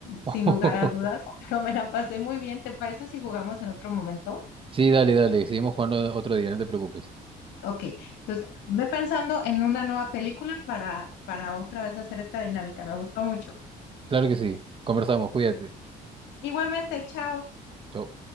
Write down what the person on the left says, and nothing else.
sin
lugar a dudas, <laughs> pero me la pasé muy bien. ¿Te parece si jugamos en otro momento?
Ok, entonces ve pensando en una nueva película para, para otra vez hacer esta dinámica. Me gustó mucho.
Igualmente, chao.